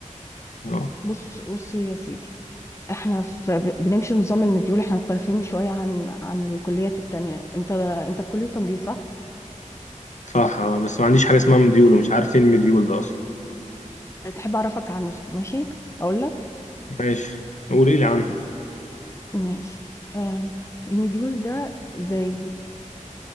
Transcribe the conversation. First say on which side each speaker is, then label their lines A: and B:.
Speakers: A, on the left (about 65°); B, on the left (about 20°).
A: اه
B: بص بص يا سيدي احنا في ب- بنمشي نظام المديول احنا مختلفين شوية عن عن الكليات التانية انت انت في كلية تمريض صح؟
A: صح اه بس ما عنديش حاجة اسمها مديول ومش عارف ايه المديول ده اصلا
B: تحب اعرفك عنه ماشي؟ اقول لك
A: ماشي قولي لي عنه
B: ماشي آم، المديول ده زي